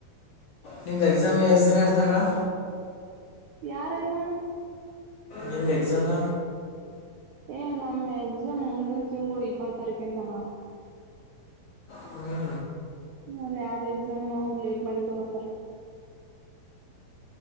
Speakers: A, on the left (about 60°); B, on the right (about 85°).
A: ನಿಮ್ದ ಎಕ್ಸಾಮ್ ಎಷ್ಟ ದಿನ ಇರ್ತ ಹೇಳಳ
B: ಯಾರಣ್ಣ
A: ನಿಮ್ಮದ ಎಕ್ಸಾಮ್
B: ಏ ನಮ್ಮ್ ಎಕ್ಸಾಮ್ ಮುಂದಿನ ತಿಂಗು ಇಪ್ಪತ್ ತಾರೀಕಂತ ನಾವ
A: ಹ್ಞೂ
B: ಅಲ್ಲಿ ಯಾವ್ದ್ ಎಕ್ಸಾಮ್ ಅವರು ಲೇಟ್ ಮಾಡತ್ತವಲತರ